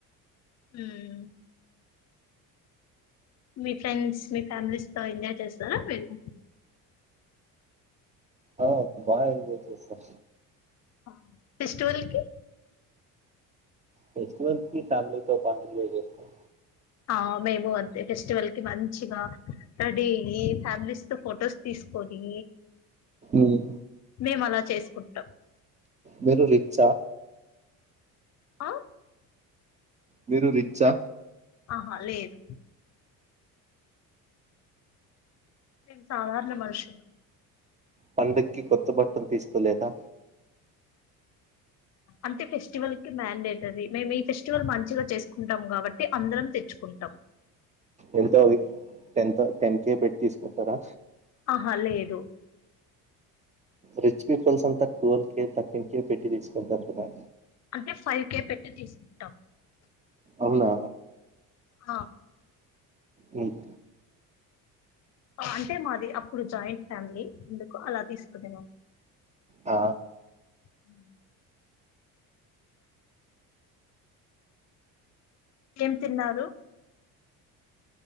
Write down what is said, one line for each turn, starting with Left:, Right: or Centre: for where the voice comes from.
Left: మ్మ్ మీ ఫ్రెండ్స్ మీ ఫ్యామిలీస్ తో ఎంజాయ్ చేస్తారా మీరు
Right: ఆ బాగా ఎంజాయ్ చేస్తాం
Left: ఆ ఫెస్టివల్ కి
Right: ఫెస్టివల్ కి ఫ్యామిలీతో బాగా ఎంజాయ్ చేస్తాం
Left: ఆ మేము అంతే ఫెస్టివల్‌కి మంచిగా రెడీ అయ్యి ఫ్యామిలీస్‌తో ఫొటోస్ తీసుకొని
Right: ఉమ్,
Left: మేము అలా చేసుకుంటాం
Right: మీరు రిచ్చా
Left: ఆ
Right: మీరు రిచ్చా
Left: ఆహా లేదు మేము సాధారణ మనుషులం
Right: పండకి కొత్త బట్టలు తీసుకోలేదా
Left: అంటే ఫెస్టివల్‌కి మండేటరీ మేమి ఫెస్టివల్ మంచిగా చేసుకుంటాం కాబట్టి అందరం తెచ్చుకుంటాం
Right: ఎంతఅయి ఎంతో టెన్ కే పెట్టి తీసుకుంటారా
Left: ఆహా లేదు
Right: రిచ్ పీపుల్స్ అంతా టూవల్ కే థర్టీన్ కే పెట్టి తీసుకుంటారు కదా
Left: అంటే ఫైవ్ కే పెట్టి తీసుకుంటాం
Right: అవునా
Left: ఆ
Right: మ్మ్
Left: ఆ అంటే మాది అప్పుడు జాయింట్ ఫ్యామిలీ అందుకు అలా తీసుకునే దా
Right: ఆ
Left: హ్మ్ ఏం తిన్నారు